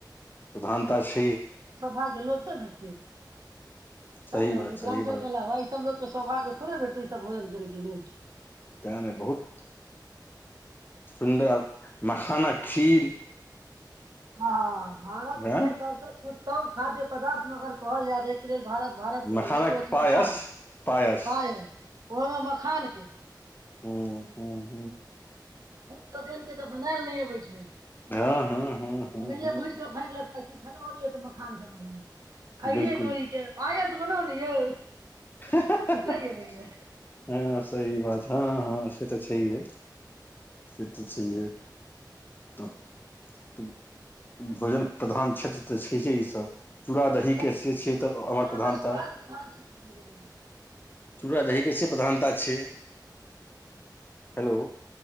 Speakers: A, on the left; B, on the right.
A: प्रधानता छै
B: सब भाय के लोके भेटतै
A: सही
B: तैयो
A: बात
B: मिथिलांचल
A: सही बात
B: के अलावा ईसभ लोक सौभाग्य थोड़े भेटतै ई सब भोजन करै के लेल
A: तैं नैय बहुत सुन्दर मखानक खीर
B: हं हं भारत
A: हँ
B: के सबसे उत्तम खाद्य पदार्थ म अगर कहल जाय जा एहिके लेल भारत भारत
A: मखानक
B: ओल एच ओ एच
A: पायस
B: मखान
A: पायस
B: पाय ओहोमे मखानके
A: हू हू
B: बुचोदेन के तऽ बनैल नहि अबै छैय
A: हँ हँ हँ हँ
B: ओनाहिये भूज कऽ फाइकलतै की खेलौ हन तऽ मखान खेलो हायरेतोरी
A: बिलकुल
B: के पायस बनाउ न यौ
A: हे हे हेे
B: नहि अबैये
A: हे हाँ सही बात हँ हँ से त छहिये से तऽ छै तऽ त भोजन प्रधान क्षेत्र तऽ छइहे ईसभ चूड़ा दहीके
B: भोजन
A: से छै त
B: भोजनोमे
A: औभर प्रधानता
B: स्वाद प्रधान क्षेत्र भऽ गेलै
A: चूड़ा दही के से प्रधानता छै
B: <inaudible>
A: हेलो